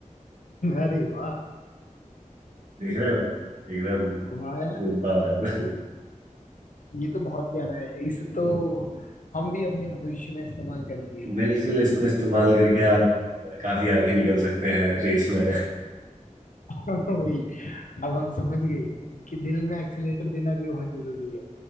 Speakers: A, on the left; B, on the right.
A: अरे वाह
B: देख रहे हो एकदम
A: वाह यार
B: फुल पावर
A: ये तो बहुत प्यारा है इसे तो
B: <laughs>
A: हम भी अपने भविष्य में इस्तेमाल करेंगे
B: बिल्कुल इसको इस्तेमाल करके आप काफी आगे निकल सकते हैं रेस में
A: <laughs> वही अब हम समझ गए कि दिल में एक्सीलेटर देना भी बहुत जरूरी है